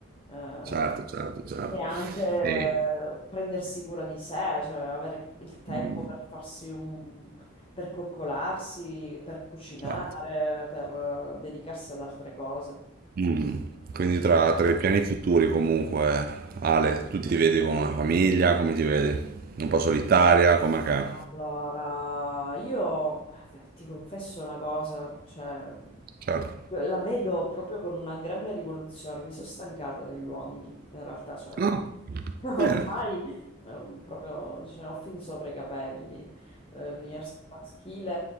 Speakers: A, on the left; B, on the right.
A: eh,
B: certo, certo, certo.
A: e anche eh,
B: E...
A: prendersi cura di sé, cioè avere il tempo
B: mm,
A: per farsi un... per coccolarsi, per cucinare,
B: Certo.
A: per eh, dedicarsi ad altre cose.
B: Mm. Quindi tra, tra i piani futuri comunque, Ale, tu ti vedi con una famiglia, come ti vedi? Un po' solitaria, come che?
A: Allora, io eh, ti confesso una cosa, cioè,
B: Certo.
A: la vedo proprio con una grande rivoluzione. Mi sono stancata degli uomini, in realtà, cioè, <laughs>
B: No,
A: ormai
B: bene,
A: eh, proprio ce ne ho fin sopra i capelli. Eh, L'universo maschile